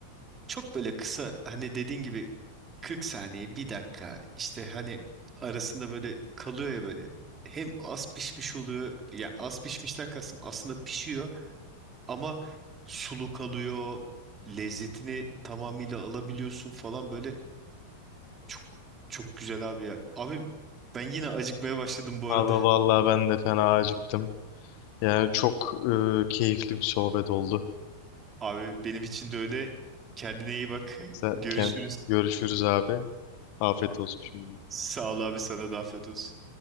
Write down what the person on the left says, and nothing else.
Abi vallahi ben de fena acıktım. Yani çok e, keyifli bir sohbet oldu.
Sen,
kend- görüşürüz abi. Afiyet olsun şimdi.